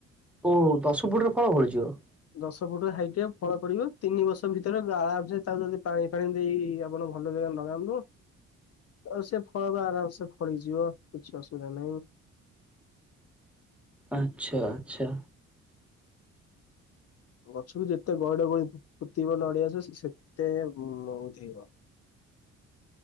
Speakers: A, in the centre; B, on the left.
A: ଓ ଦଶ ଫୁଟରେ ଫଳ ଫଳିଯିବ?
B: ଦଶ ଫୁଟ ହାଇଟ୍ ଆଉ ଫଳ ଫଳିବ, ତିନି ବର୍ଷ ଭିତରେ ଆରାମସେ ତାକୁ ଯଦି ପାଣି ଫାଣି ଦେଇକି ଆପଣ ଭଲ ଜାଗାରେ ନଗାନ୍ତୁ ଆଉ ସେ ଫଳ ବା ଆରାମ ସେ ଫଳିଯିବ, କିଛି ଅସୁବିଧା ନାହିଁ।
A: ଆଚ୍ଛା, ଆଚ୍ଛା।
B: ଗଛକୁ ଯେତେ ଗହିଡ ଗଳି ପୋ-ପୋତିବ ନଡିଆ ଗଛ ସେ ସେତେ ଉମ୍ ଉଧେଇବ।